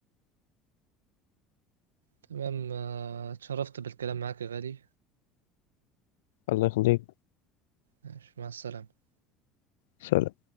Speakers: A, on the right (about 80°); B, on the left (about 75°).
A: تمام آه، اتشرفت بالكلام معاك يا غالي
B: الله يخليك
A: ماشي، مع السلامة
B: سلام